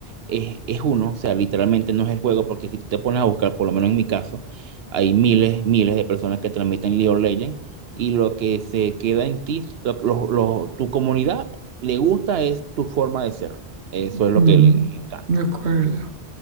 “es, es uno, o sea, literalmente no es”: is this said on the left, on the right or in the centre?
Right